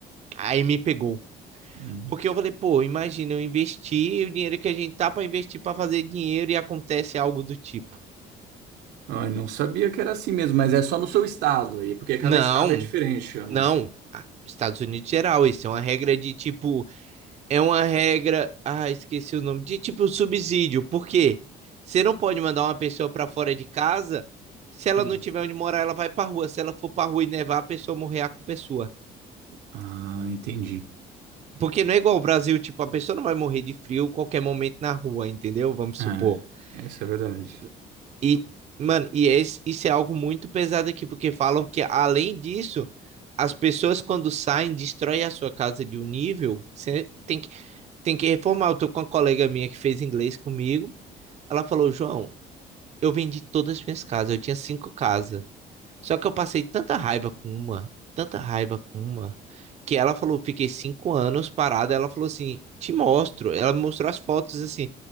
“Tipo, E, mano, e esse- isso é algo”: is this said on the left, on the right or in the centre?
Right